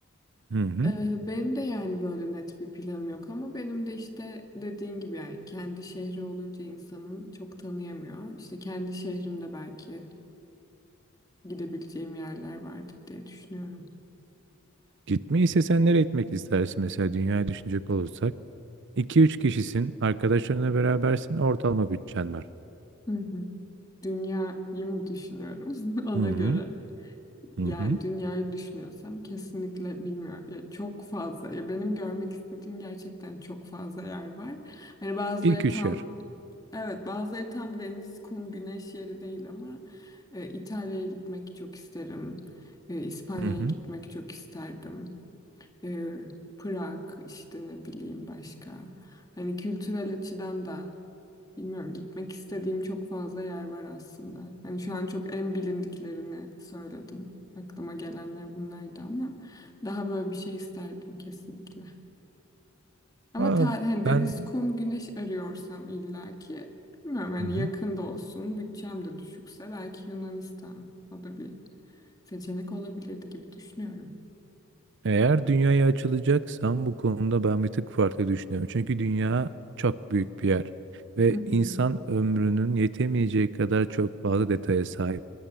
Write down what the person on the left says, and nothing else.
E, benim de yani böyle net bir planım yok ama benim de işte dediğin gibi yani kendi şehri olunca insanın çok tanıyamıyor. İşte kendi şehrimde belki gidebileceğim yerler vardır diye düşünüyorum.
Hı hı. Dünyayı mı düşünüyorum <laughs> ona
göre?
Yani
dünyayı düşünüyorsam kesinlikle bilmiyorum. Ya çok fazla. Ya benim görmek istediğim gerçekten çok fazla yer var. Hani bazıları
tam
evet bazıları tam deniz, kum, güneş yeri değil ama e, İtalya'ya gitmek çok isterim. E, İspanya'ya
gitmek çok isterdim. E, Prag işte ne bileyim başka. Hani kültürel açıdan da Bilmiyorum gitmek istediğim çok fazla yer var aslında. Hani şu an çok en bilindiklerini söyledim. Aklıma gelenler bunlardı ama daha böyle bir şey isterdim kesinlikle. Ama
ta, hani
deniz, kum, güneş arıyorsam illaki bilmiyorum hani
yakında
olsun, bütçem de düşükse belki Yunanistan o da bir seçenek olabilirdi gibi düşünüyorum.
Hı
hı,